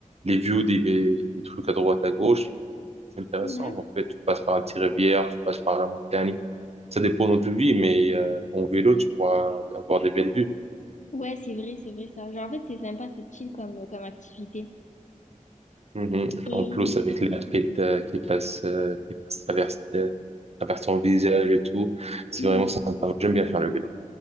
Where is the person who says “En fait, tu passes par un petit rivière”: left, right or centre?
Right